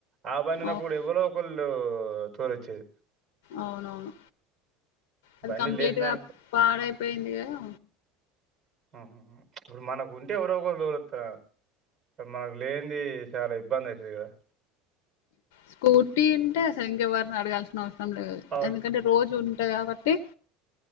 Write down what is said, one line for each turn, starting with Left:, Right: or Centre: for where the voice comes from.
Right: ఆ బండి ఉప్పుడు
Left: అవు-
Right: కూడా ఎవలో ఒకల్ ఊ తోలచ్చది
Left: అవునవును అది
Right: బండి
Left: కంప్లీట్
Right: లేని దానికి
Left: గా పాడైపోయింది గని
Right: ప్చ్ ఇప్పుడు మనకు ఉంటే ఎవరో ఒకరు డోళ్తా మనకు లేనిది చాలా ఇబ్బంది ఐతది కదా
Left: స్కూటీ అంటేసలు ఇంక ఎవరిని అడగాల్సిన అవసరం పన్లే
Right: అవును,
Left: ఎందుకంటే రోజు ఉ టె యబట్టి